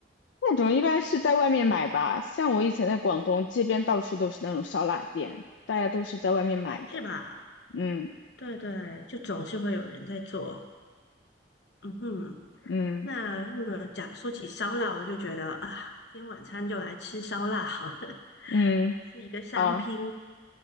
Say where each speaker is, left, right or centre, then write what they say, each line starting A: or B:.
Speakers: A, on the left; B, on the left.
A: 那种一般是在外面买吧，像我以前在广东这边，到处都是那种烧腊店，大家都是在外面买的。
B: 是吧？
A: 嗯
B: 对对，就总是会有人在做。嗯哼，
A: 嗯
B: 那日本讲说起烧腊，我就觉得啊，今天晚餐就来吃烧腊好了，<laughs>
A: 嗯，
B: 是一个三拼。
A: 好，